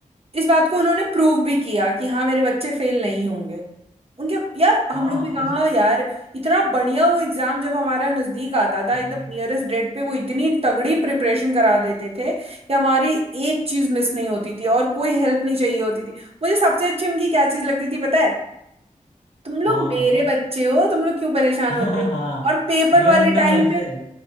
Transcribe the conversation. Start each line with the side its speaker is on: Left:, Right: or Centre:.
Right: इस बात को उन्होंने प्रूव भी किया कि हाँ मेरे बच्चे फेल नहीं होंगे उनके यार
Left: हाँ
Right: हम लोग भी कहाँ
Left: अस-
Right: यार इतना बढ़िया वो एग्जाम जब हमारा नजदीक आता था एकदम
Left: हम्म,
Right: नियरेस्ट डेट पे वो इतनी तगड़ी प्रिपरेशन करा देते थे कि हमारी एक चीज मिस नहीं होती थी और कोई हेल्प नहीं चाहिए होती थी मुझे सबसे अच्छी उनकी क्या चीज लगती थी पता है तुम लोग
Left: हाँ
Right: मेरे
Left: हाँ
Right: बच्चे हो तुम लोग क्यों परेशान
Left: <laughs>
Right: होते हो
Left: हाँ
Right: और पेपर
Left: ये
Right: वाले
Left: उनका
Right: टाइम
Left: वैसे
Right: पे
Left: है